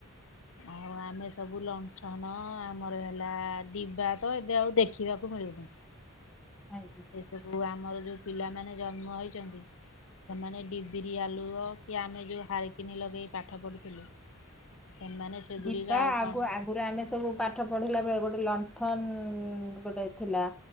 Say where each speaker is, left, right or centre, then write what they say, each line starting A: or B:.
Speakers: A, on the left; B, in the centre.
A: ଆଉ ଆମେ ସବୁ ଲଣ୍ଠନ ଆମର ହେଲା ଡିବା ତ ଏବେ ଆଉ ଦେଖିବାକୁ ମିଳୁନି।
B: ଆଜ୍ଞା।
A: ସେସବୁ ଆମର ଯୋଉ ପିଲାମାନେ ଜନ୍ମ ହୋଇଛନ୍ତି। ସେମାନେ ଡିବିରି ଆଲୁଅ କି ଆମେ ଯଉ ହାରକିନି ଲଗେଇ ପାଠ ପଢୁଥିଲୁ। ସେମାନେ ସେଗୁଡିକ
B: ଦିବା
A: ଆଉ
B: ଆଗୁ
A: କଣ
B: ଆଗ ପୁରା ଆମେ ସବୁ ପାଠ ପଢିଲା ବେଳେ ଗୋଟେ ଲଣ୍ଠନ ଗୋଟେ ଥିଲା।